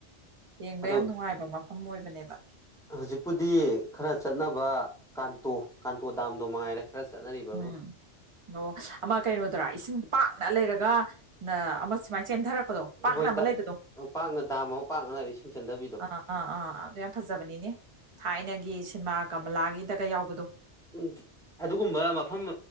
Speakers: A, on the right (about 30°); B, in the centre.
A: ꯌꯦꯡꯕ
B: ꯑꯗꯣ
A: ꯌꯥꯝ ꯅꯨꯡꯉꯥꯏꯕ ꯃꯐꯝ ꯑꯣꯏꯕꯅꯦꯕ
B: ꯍꯧꯖꯤꯛꯄꯨꯗꯤ ꯈꯔ ꯆꯠꯅꯕ ꯀꯥꯟꯇꯣ ꯀꯥꯟꯇꯣ ꯗꯥꯝꯗꯣ ꯃꯉꯥꯏꯔꯦ ꯈꯔ ꯆꯠꯅꯔꯤꯕꯕꯨ
A: ꯎꯝ ꯑꯣ ꯑꯃ ꯀꯩꯅꯣꯗꯔꯥ ꯏꯁꯤꯡ ꯄꯥꯛꯅ ꯂꯩꯔꯒ ꯅ ꯑꯃ ꯁꯨꯃꯥꯏꯅ ꯆꯦꯟꯊꯔꯛꯄꯗꯣ ꯄꯥꯛꯅ
B: ꯍꯣꯏ
A: ꯑꯃ
B: ꯗ
A: ꯂꯩꯕꯗꯣ
B: ꯄꯥꯛꯅ ꯗꯥꯝ ꯑꯃ ꯄꯥꯛꯅ ꯂꯩꯔꯦ ꯏꯁꯤꯡ ꯆꯟꯗꯕꯤꯗꯣ
A: ꯑꯥ ꯑꯥ ꯑꯥ ꯑꯗꯨ ꯌꯥꯝ ꯐꯖꯕꯅꯤꯅꯦ ꯊꯥꯏꯅꯒꯤ ꯁꯤꯟꯃꯥ ꯀꯃꯂꯥꯒꯤꯗꯒ ꯌꯥꯎꯕꯗꯣ
B: ꯎꯝ ꯑꯗꯨꯒꯨꯝꯕ ꯃꯐꯝ